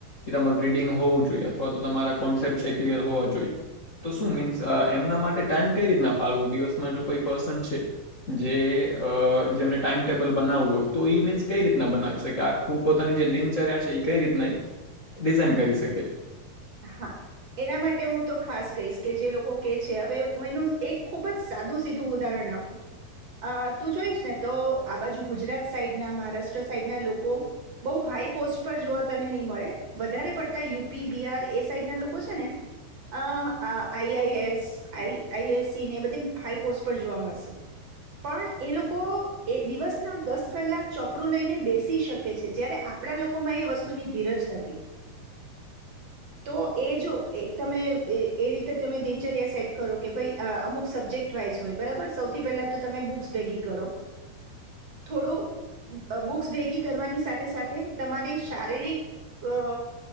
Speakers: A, on the left; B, on the right.
A: એ તમારું રીડિંગ હોવું જોઈએ. અથવા તો તમારા કોન્સેપ્ટ છે. એ ક્લિયર હોવા જોઈએ તો શું મિન્સ એમના માટે ટાઈમ કઈ રીતના ફાળવું દિવસ જો કોઈ પર્સન છે, જે અ જેમને ટાઈમ ટેબલ બનાવવું હોય. તો ઈ મીન્સ કઈ રીતના બનાવી શકે, આખું પોતાની જે દિનચર્યા છે. એ કઈ રીતના ડિઝાઇન કરી શકે.
B: હા, એના માટે હું તો ખાસ કહીશ કે જે લોકો કે છે. હવે, હું એનું એક ખૂબ જ સાદું સીધું ઉદાહરણ આપું અ તું જોઈશ, ને તો આ બાજુ ગુજરાત સાઈડ ના મહારાષ્ટ્ર સાઈડના લોકો બહુ હાઈ પોસ્ટ પર જોવા તને નહી મળે. વધારે પડતા યુપી બિહાર એ સાઈડના લોકો છે, ને અ આઈ આઈ એસ આ આઈએસસી ને એ બધી હાઈ પોસ્ટ પર જોવા મળશે પણ એ લોકો એ દિવસના દસ કલાક ચોપડું લઈને બેસી શકે છે. જય્યારે આપણા લોકોમાં એ વસ્તુની ધીરજ નથી. તો એ જો એક તમે એ રીતે તમે દિનચર્યા સેટ કરો કે, ભાઈ અમુક સબ્જેક્ટ વાઈઝ હોય બરાબર સૌથી પહેલા તો તમે બુક્સ ભેગી કરો થોડું બુક્સ ભેગી કરવાની સાથે સાથે તમારી શારીરિક અ